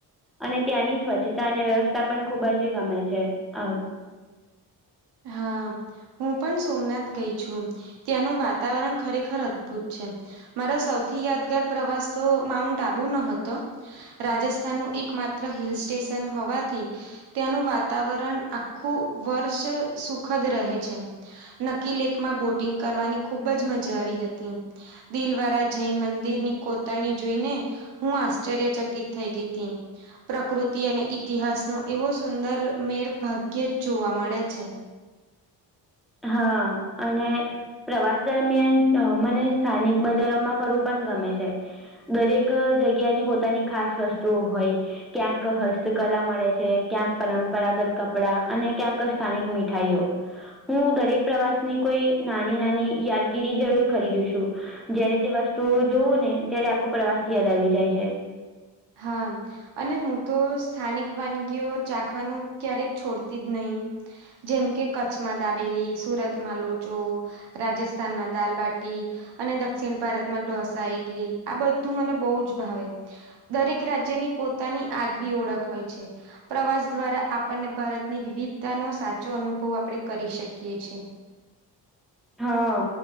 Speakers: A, in the centre; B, on the right.
A: અને ત્યાંની સ્વચ્છતા અને વ્યવસ્થા પણ ખૂબ જ ગમે છે અ
B: હા. હું પણ સોમનાથ ગઈ છું ત્યાંનું વાતાવરણ ખરેખર અદભુત છે. મારો સૌથી યાદગાર પ્રવાસ તો માઉન્ટ આબુનો હતો. રાજસ્થાનનું એક માત્ર હિલ સ્ટેશન હોવાથી ત્યાંનું વાતાવરણ આખું વર્ષ સુખદ રહે છે. નકી લેક માં બોટિંગ કરવાની ખૂબ જ મજા આવી હતી દિલવારા જૈન મંદિરની કોતરણી જોઈને હું આશ્ચર્ય ચકિત થઈ ગઈ તી એમ પ્રકૃતિ અને ઇતિહાસનો એવો સુંદર મેળ ભાગ્ય જ જોવા મળે છે.
A: હા અને પ્રવાસ દરમિયાન અ મને સ્થાનિક બજારોમાં ફરવુ પણ ગમે છે. દરેક જગ્યાની પોતાની ખાસ વસ્તુઓ હોય ક્યાંક હસ્તકલા મળે છે, ક્યાંક પરંપરાગત કપડાં અને ક્યાંક સ્થાનિક મીઠાઈઓ હું દરેક પ્રવાસની કોઈ નાની નાની યાદગીરી જરૂર ખરીદું છું જયારે તે વસ્તુ જોવું ને ત્યારે આખો પ્રવાસ યાદ આવી જાય છે.
B: હા. અને હું તો સ્થાનિક વાનગીઓ ચાખવાનું ક્યારેક છોડતી જ નહી જેમકે કચ્છમાં દાબેલી, સુરતમાં લોચો રાજસ્થાનમાં દાલબાટી અને દક્ષિણ ભારતમાં ઢોસા, ઇડલી આ બધું મને બો જ ભાવે દરેક રાજ્યની પોતાની આગવી ઓળખ હોય છે. પ્રવાસ દ્વારા આપણને ભારતની વિવિધતાનો સાચો અનુભવ આપણે કરી શકીએ છે.
A: હા